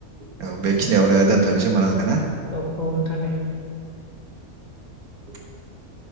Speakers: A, on the right (about 80°); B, on the left (about 30°).
A: औ बेखिनियावनो दोनथ'नोसै ओमबा नोंथा ना
B: औ औ नोंथां दे
A: <unintelligible>